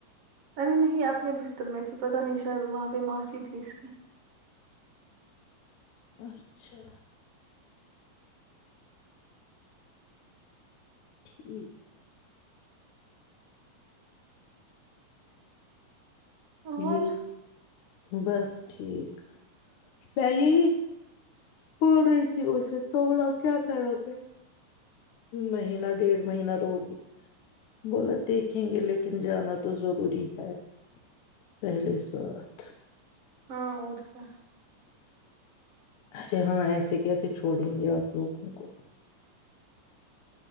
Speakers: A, on the right; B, on the left.
A: ارے نہیں اپنے بستر میں تھی پتہ نہیں شاید وہاں پہ ماشی تھی اس کی
B: اچھا ٹھ
A: اور
B: ج بس ٹھیک پے ہی بول رہی تھی اسے تو بولا کیا کرو پ مہینہ ڈیڑھ مہینہ رہو گی بولا دیکھیں گے لیکن جانا تو ضروری ہے پہلے س بات
A: ہاں اور کیا
B: ارے ہاں ایسے کیسے چھوڑیں گے آپ لوگوں کو